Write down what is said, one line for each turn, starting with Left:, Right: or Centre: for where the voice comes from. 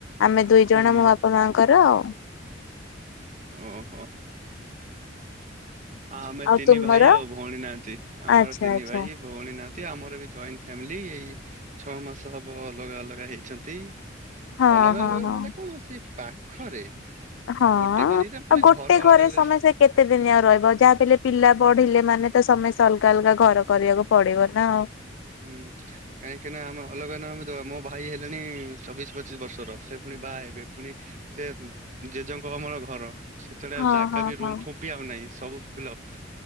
Left: ଆମେ ଦୁଇ
Right: ହୁଁ
Left: ଜଣ ମୋ ବାପା ମାଆଙ୍କର ଆଉ।
Right: ଓହୋ। ଆମେ
Left: ଆଉ
Right: ତିନି
Left: ତୁମର?
Right: ଭାଇ ଆଉ ଭଉଣୀ ନାହାନ୍ତି ଆମର
Left: ଆଚ୍ଛା
Right: ତିନି
Left: ଆଚ୍ଛା
Right: ଭାଇ ଭଉଣୀ ନାହାନ୍ତି। ଆମର ବି ଜଏଣ୍ଟ ଫ୍ୟାମିଲି ଏଇ ଛଅ ମାସ ହବ ଅଲଗା ଅଲଗା ହେଇଛନ୍ତି।
Left: ହଁ
Right: ଅଲଗା
Left: ହଁ
Right: ଅଲଗା
Left: ହଁ
Right: ମାନେ କଣ ସେ ପାଖରେ।
Left: ହଁ
Right: ଗୋଟେ ପାଳିରେ
Left: ଆଉ
Right: ମାନେ
Left: ଗୋଟେ
Right: ଘର ଅଲଗା
Left: ଘରେ
Right: ଅଲଗା
Left: ସମସ୍ତେ କେତେ ଦିନି ଆଉ ରହିବ? ଯାହାବି ହେଲେ ପିଲା ପଢିଲେ ମାନେ ତ ସମସ୍ତେ ଅଲଗା ଅଲଗା ଘର କରିବାକୁ ପଡ଼ିବ ନା ଆଉ।
Right: ହୁଁ କାହିଁକିନା ଆମେ ଅଲଗା ନ ସବୁ ତ ମୋ ଭାଇ ହେଲେଣି ଚବିଶି ପଚିଶି ବର୍ଷର ସେ ପୁଣି ବାହା ହେବେ ପୁଣି ସେ ଜେଜେଙ୍କ ଅମଳ ଘର ସେତେବେଳେ
Left: ହଁ
Right: ଆଉ ଜାଗା
Left: ହଁ
Right: ବି
Left: ହଁ।
Right: ରୁମ୍ ଫୁମ୍ ବି ଆଉ ନାହିଁ ସବୁ ଫିଲପ୍।